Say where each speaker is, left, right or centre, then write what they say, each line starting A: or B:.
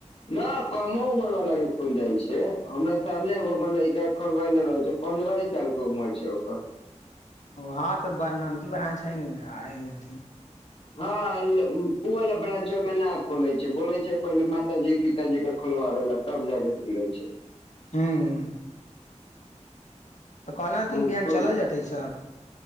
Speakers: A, on the left; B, on the left.
A: न कमो उमर वालला के खुल जाइ छै हमर सामने एगो अपन लड़िका खोलबाले छै पन्द्रह साल के उमर छै ओकर।
B: हं तऽ नानकी ब्रान छै नेथिन।
A: हँ ओ ल ब्रां्च ओहिमे न खोले छै बोले छै पहिले मातााजी पिताजी के खोलबाबे लए तब जाके खुले छै।
B: हु हु। तऽ कहललाँ
A: हम
B: तीन बिहान
A: खोल
B: चलल जेतै से।